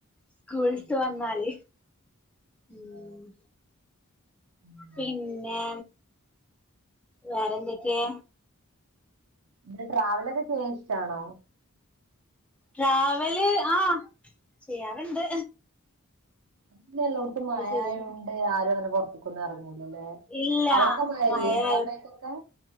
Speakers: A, in the centre; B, on the right (about 75°).
A: സ്കൂള്ട്ട്
B: അത് ശരിയാ
A: വന്നാല് ഉം
B: ആഹ് അങ്ങനെ
A: പിന്നെ വേറെന്തൊക്കെ
B: <unintelligible> ട്രാവലൊക്കെ ചെയ്യാൻ ഇഷ്ടാണോ
A: ട്രാവല് ആ ചെയ്യാറുണ്ട്
B: ഇപ്പോ എല്ലോഡ് തും മഴായോണ്ട്
A: ചെയ്യും
B: ആരും അങ്ങനെ പൊറത്തക്കൊന്നും ഇറങ്ങൂലല്ലേ
A: ഇല്ല
B: അവിടൊക്കെ മഴല്ലേ
A: മഴായോ
B: ഇങ്ങളെ അവിഡേക്കൊക്കെ